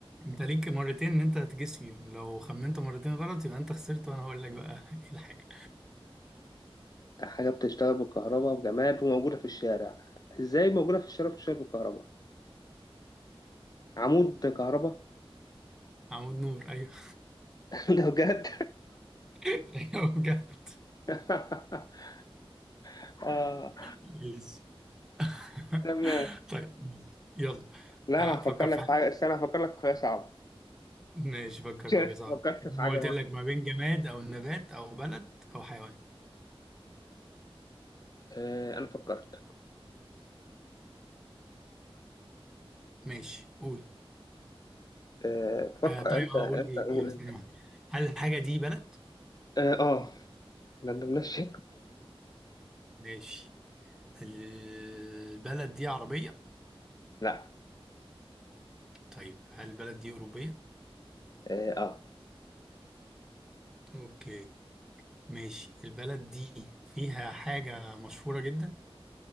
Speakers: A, in the centre; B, on the left.
A: انت ليك مرتين ان انت هتجس فيهم لو خمنت مرتين غلط يبقى انت خسرت وانا هقول لك بقى <laughs> ايه الحاجه
B: حاجة بتشتغل بالكهرباء وجماد وموجودة في الشارع إزاي موجودة في الشارع بتشتغل بالكهرباء عمود كهرباء
A: عمود نور ايوه
B: <laughs> ده بجد
A: <laughs> ايوه بجد
B: <laughs> آه
A: يس <laughs>
B: تمام
A: طيب يلا
B: لا
A: آه،
B: أنا هفكر
A: فكر
B: لك
A: في حاجه
B: في حاجة بس أنا هفكر لك في حاجة صعبة
A: ماشي
B: <laughs>
A: فكر
B: شفت
A: في حاجه صعبه
B: فكرت
A: ما
B: في حاجة
A: قلت لك ما بين جماد او نبات او بلد او حيوان
B: آه انا فكرت
A: ماشي قول
B: آه فكر
A: آه طيب
B: انت انت
A: اه قول ايه
B: قول
A: ايوه ثانيه
B: انت
A: واحده هل الحاجه دي بلد
B: اه آه، ما ندمناش
A: ماشي البلد دي عربيه
B: <laughs> لا
A: طيب هل البلد دي اوروبيه
B: اه آه.
A: اوكي ماشي البلد دي فيها حاجة مشهورة جدا